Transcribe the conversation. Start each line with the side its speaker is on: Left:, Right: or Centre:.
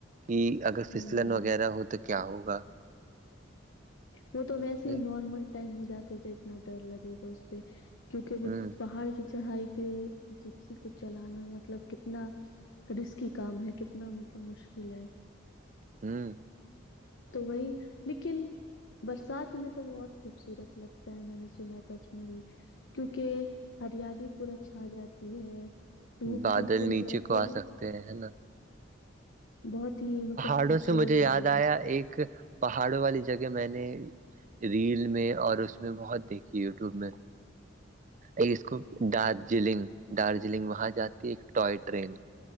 Right: کہ اگر پسلن
Left: ہوں ہوں
Right: وغیرہ ہو تو کیا ہوگا
Left: وہ تو ویسے
Right: ہ
Left: ہی نارمل ٹائم میں جاتے تھے اتنا ڈر لگے گا اس پہ کیونکہ وہ
Right: ہ
Left: پہاڑ کی چڑھائی پہ جپسی کو چلانا مطلب کتنا رسکی کام ہے کتنا مطلب مشکل ہے
Right: ہوں
Left: تو وہی لیکن برسات میں تو وہ اور خوبصورت لگتا ہے میں نے سنا ہے پچ مڑھی کیونکہ ہریالی پور چھا جاتی ہے دھوپ
Right: بادل
Left: بالکل
Right: نیچے
Left: ویسے
Right: کو آ سکتے
Left: وہ
Right: ہیں ہے نا
Left: بہت ہی مطلب
Right: پاڑوں
Left: خوبصورت
Right: سے مجھے یاد
Left: لگے گا
Right: آیا ایک پہاڑوں والی جگہ میں نے ریل میں اور اس میں بہت دیکھی یوٹیوب میں اس کو دارجلنگ دارجلنگ وہاں جاتی ہے ایک ٹوائے ٹرین